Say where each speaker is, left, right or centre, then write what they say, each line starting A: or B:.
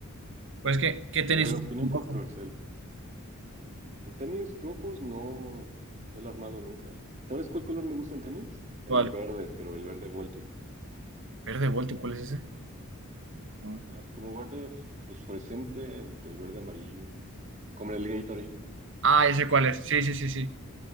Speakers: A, on the right; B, on the right.
A: Pues que, ¿qué tenis
B: Y a ver,
A: usas
B: opinión
A: en
B: controversial.
A: rojo?
B: En tenis rojos no, no lo he armado nunca. ¿Sabes cuál color me gusta en tenis? El
A: ¿Cuál?
B: verde, pero el verde voltio.
A: Verde Voltio, ¿cuál es ese? A ver.
B: Ajá, como verde fosforescente entre verde amarillo, como el Gatorade,
A: Ah, ese cuál es. Sí, sí, sí, sí.